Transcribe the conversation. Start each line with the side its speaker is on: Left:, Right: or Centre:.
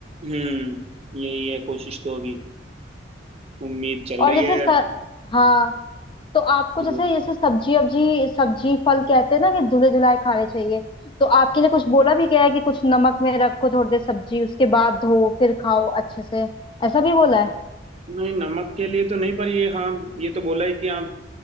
Right: हम्म यही है कोशिश तो अभी उम्मीद चल
Left: और
Right: रही
Left: जैसे
Right: है
Left: स... हाँ तो आपको
Right: धो-
Left: जैसे जैसे सब्जी अब्जी सब्जी फल कहते हैं ना कि धुले धुलाए खाने चाहिए तो आपके लिए कुछ बोला भी गया है कि कुछ नमक में रखो थोड़ी देर सब्जी उसके बाद धो फिर खाओ अच्छे से ऐसा भी बोला है
Right: नहीं नमक के लिए तो नहीं पर ये हाँ ये तो बोला है कि आप